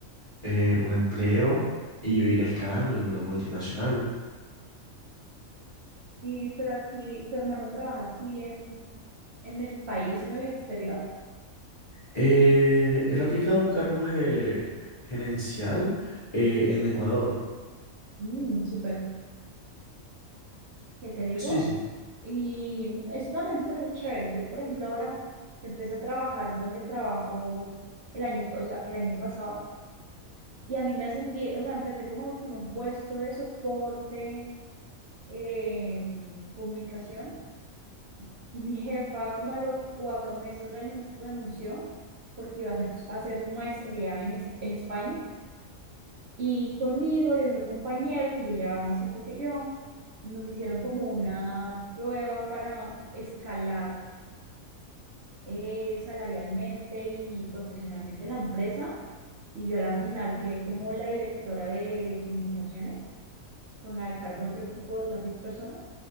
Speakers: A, on the left; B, on the right.
A: eh, un empleo y yo ir escalando en una multinacional.
B: Y, pero aquí, tu hermano trabaja aquí en, en el país o en el exterior.
A: Eh, él ha aplicado un cargo ge- gerencial eh, en Ecuador.
B: Mm, súper. ¿Qué te digo?
A: Sí, sí.
B: Y eso también me parece chévere. Yo, por ejemplo, ahora empecé a trabajar donde trabajo el año, o sea, el año pasado y a mí me ascendí, o sea, empecé como con un puesto de soporte, eh, comunicación y mi jefa como a los cuatro meses renu- renunció porque iba a hacer, a hacer su maestría en, ex- en España Y conmigo y otro compañero que ya llevaba más tiempo que yo, nos hicieron como una prueba para escalar eh, salarialmente y profesionalmente la empresa. Y yo a la final quedé como la directora de comunicaciones, con la cargo de otro equipo de otras seis personas.